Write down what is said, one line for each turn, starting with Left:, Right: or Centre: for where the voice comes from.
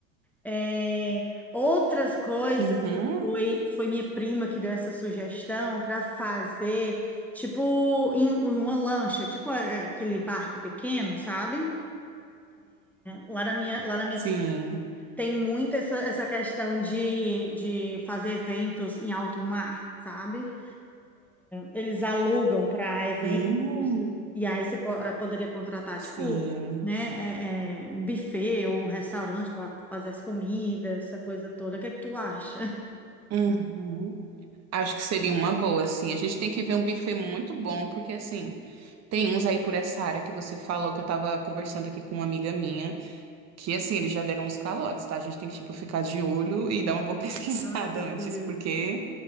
Centre: É, outras coisas
Right: uhum.
Centre: né, foi, foi minha prima que deu essa sugestão para fazer, tipo, em, uma lancha, tipo é, aquele barco pequeno, sabe? Lá na minha, lá na minha
Right: Sim.
Centre: cidade tem muito essa, essa questão de, de fazer eventos em alto mar, sabe? Eles alugam para eventos,
Right: Hum,
Centre: e aí você po- eh, poderia contratar,
Right: sim.
Centre: tipo, né, eh, eh, um buffet ou um restaurante para fazer as comidas, essa coisa toda. O que é que tu acha?
Right: Uhum. Acho que seria uma boa, assim. A gente tem que ver um buffet muito bom, porque, assim, tem uns aí por essa área que você falou, que eu tava conversando aqui com uma amiga minha. Que assim, eles já deram uns calotes, tá? A gente tem que, tipo, ficar de olho e dar uma boa <laughs> pesquisada
Centre: Ai,
Right: antes,
Centre: Deus.
Right: porque